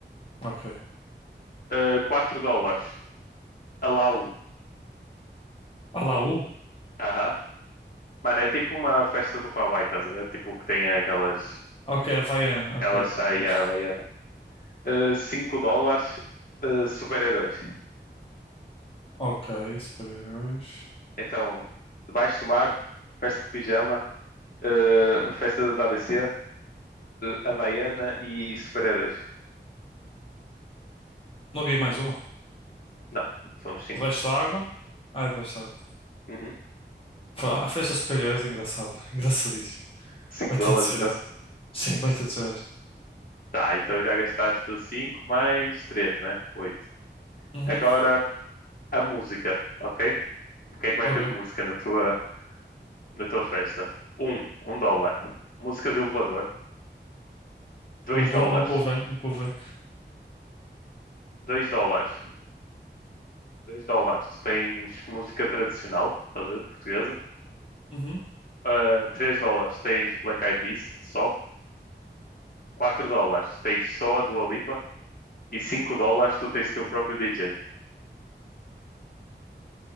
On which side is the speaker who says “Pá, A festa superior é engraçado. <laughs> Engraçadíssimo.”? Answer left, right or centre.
Left